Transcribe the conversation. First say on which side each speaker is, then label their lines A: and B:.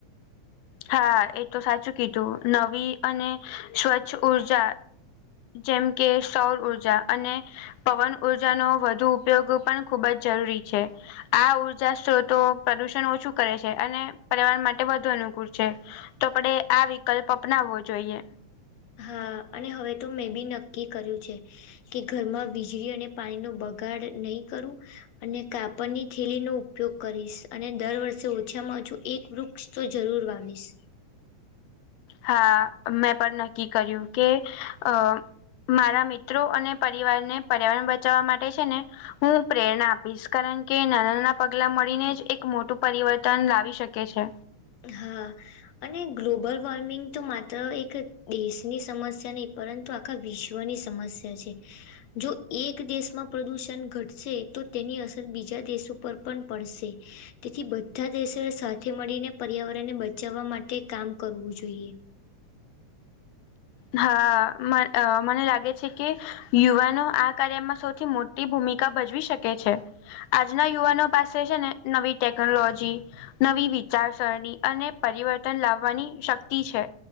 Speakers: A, on the left; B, on the left.
A: હા એ તો સાચું કીધું નવી અને સ્વચ્છ ઉર્જા જેમ કે સૌર ઉર્જા અને પવન ઉર્જાનો વધુ ઉપયોગ પણ ખૂબ જ જરૂરી છે. આ ઉર્જા સ્ત્રોતો પ્રદુષણ ઓછું કરે છે અને પર્યાવરણ માટે વધુ અનુ છે. તો આપડે આ વિકલ્પ અપનાવવો જોઈએ.
B: હા અને હવે તો મેં બી કર્યું છે કે ઘરમાં વીજળી અને પાણીનો બગાડ નહી કરું અને કાપડની થેલી નો ઉપયોગ કરીશ અને દર વર્ષે ઓછામાં ઓછું એક વૃક્ષ તો જરૂર વાવીશ.
A: હા મે પણ કર્યું કે અ મારા મિત્રો અને પરિવારને પર્યાવરણ બચાવવા માટે છે ને હું પ્રેરણા આપીશ કારણ કે નાના નાના પગલા મળીને જ એક મોટું પરિવર્તન લાવી શકે છે.
B: હા અને ગ્લોબલ વોર્મિંગ તો માત્ર એક દેશની સમસ્યા નહી પરંતુ આ આખા વિશ્વની સમસ્યા છે. જો એક દેશમાં પ્રદુષણ ઘટશે તો તેની અસર બીજા દેશો ઉપર પણ પડશે. તેથી બધા દેશોએ સાથે મળીને પર્યાવરણને બચાવવા માટે કામ કરવું જોઈએ.
A: હા મને લાગે છે કે યુવાનો આ કાર્યમાં સૌથી મોટી ભૂમિકા ભજવી શકે છે. આજના યુવાનો પાસે છે ને નવી ટેકનોલોજી નવી વિચારસરણી અને પરિવર્તન લાવવાની શક્તિ છે.